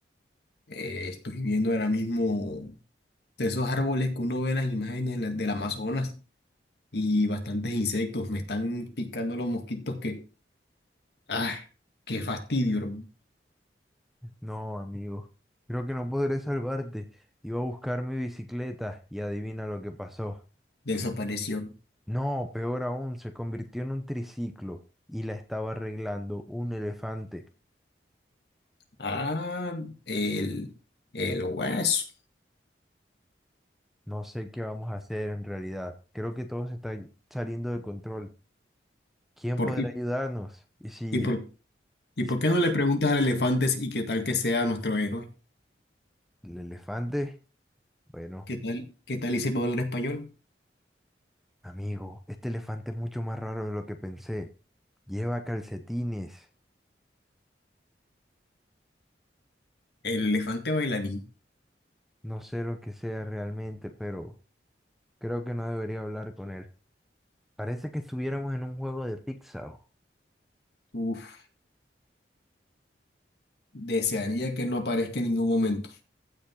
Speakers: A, on the left (about 65°); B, in the centre.
A: Eh, estoy viendo ahora mismo de esos árboles que uno ve en las imágenes de la- del Amazonas. y bastantes insectos. Me están picando los mosquitos que, ah, qué fastidio, hermano.
B: No, amigo, creo que no podré salvarte. Iba a buscar mi bicicleta y adivina lo que pasó.
A: Desapareció.
B: No, peor aún, se convirtió en un triciclo y la estaba arreglando un elefante.
A: Ah, el, el hueso.
B: No sé qué vamos a hacer en realidad. Creo que todo se está saliendo de control. ¿Quién
A: ¿Por,
B: podrá
A: y,
B: ayudarnos? ¿Y si,
A: y por, ¿y
B: y
A: por
B: si
A: qué
B: llama
A: no le preguntas al elefante y qué tal que sea nuestro héroe?
B: el elefante? Bueno,
A: ¿Qué tal, qué tal y sepa hablar español?
B: amigo, este elefante es mucho más raro de lo que pensé. Lleva calcetines.
A: El elefante bailarín.
B: No sé lo que sea realmente, pero... Creo que no debería hablar con él. Parece que estuviéramos en un juego de Pixar.
A: Uf, desearía que no aparezca en ningún momento.